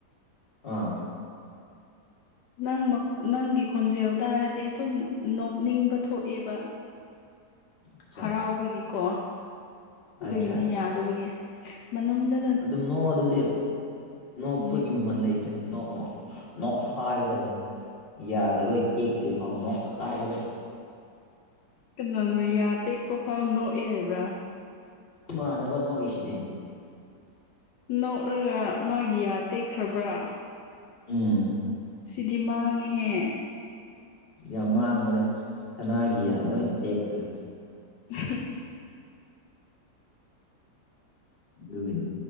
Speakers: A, on the left; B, on the left.
A: ꯑꯥ
B: ꯅꯪ ꯃꯛ ꯅꯪꯒꯤ ꯈꯣꯟꯖꯦꯜ ꯇꯥꯔꯗꯤ ꯊꯨꯝ ꯅꯣꯛꯅꯤꯡꯕ ꯊꯣꯛꯑꯦꯕ <inaudible>
A: ꯑꯆꯥ
B: ꯍꯔꯥꯎꯕꯒꯤꯀꯣ ꯑꯗꯨꯒꯤꯅꯤ
A: ꯑꯠꯆꯥ ꯑꯠꯆꯥ
B: ꯌꯥꯗꯕꯒꯤ ꯃꯅꯨꯡꯗ
A: ꯑꯗꯨꯝ ꯅꯣ ꯑꯗꯨꯗꯤ ꯅꯣꯛꯄꯒꯤ
B: ꯎꯝ
A: ꯃꯃꯜ ꯂꯩꯇꯦ ꯅꯣ ꯅꯣ ꯅꯣꯛ ꯈꯥꯏꯒꯗꯕꯅꯤ ꯌꯥꯒ ꯂꯣꯏ ꯇꯦꯛꯇꯔꯤ ꯐꯥꯎ ꯅꯣꯛ ꯈꯥꯏꯒꯗꯕꯅꯤ
B: ꯀꯩꯅꯣꯅꯣ ꯌꯥ ꯇꯦꯛꯄ ꯐꯥꯎ ꯅꯣꯛꯑꯦ ꯍꯥꯏꯕ꯭ꯔꯥ
A: ꯏꯃꯥꯟꯅꯕ ꯅꯣꯛꯏꯁꯤꯗꯤ
B: ꯅꯣꯛꯂꯒ ꯃꯥꯒꯤ ꯌꯥ ꯇꯦꯛꯈ꯭ꯔꯕ꯭ꯔꯥ
A: ꯎꯝ
B: ꯁꯤꯗꯤ ꯃꯥꯡꯉꯦꯍꯦ
A: ꯌꯥꯝ ꯃꯥꯡꯕꯅꯦ ꯁꯅꯥꯒꯤꯌꯥ ꯂꯣꯏ ꯇꯦꯛꯈ꯭ꯔꯦ
B: ꯎꯝꯍꯝ
A: ꯗꯨꯒꯤꯅꯤ